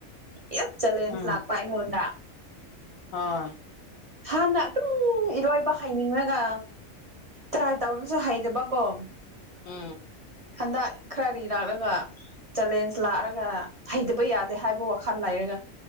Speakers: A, on the right; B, on the left.
A: ꯌꯥꯝ ꯆꯦꯂꯦꯟꯖ
B: ꯎꯝ
A: ꯂꯥꯛꯄ ꯑꯩꯉꯣꯟꯗ
B: ꯍꯣꯏ
A: ꯍꯥꯟꯅ ꯑꯗꯨꯝ ꯏꯔꯣꯏꯕ ꯍꯩ ꯅꯤꯡꯉꯒ ꯇ꯭ꯔꯥꯏ ꯇꯧꯔꯁꯨ ꯍꯩꯗꯕꯀꯣ
B: ꯎꯝ
A: ꯍꯟꯗꯛ ꯈꯔ ꯔꯤ ꯂꯥꯛꯂꯒ ꯆꯦꯂꯦꯟꯖ ꯂꯥꯛꯑꯒ ꯍꯩꯇꯕ ꯌꯥꯗꯦ ꯍꯥꯏꯕ ꯋꯥꯈꯜ ꯂꯩꯔꯒ